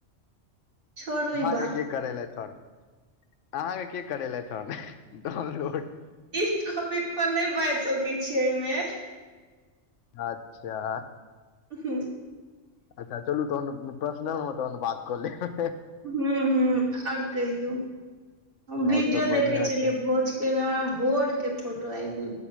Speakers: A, on the right; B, on the left.
A: छोड़ू
B: अहाँके
A: ई बात
B: के करेलेथ हन अहाँके के करेलेथ हन डाउनलोड
A: ई टॉपिक पर नहि बाजि सकै छी एहिमे
B: अच्छा
A: उहू
B: अच्छा चलू तहन पर्सनल मे तहन बात कऽ लेब
A: हु हु और कहियौ हम
B: आओर
A: वीडियो
B: सब बढ़िआँ
A: देखै छलियै
B: छै
A: भोज के मे हमरा मे बोर के फोटो आबि गेल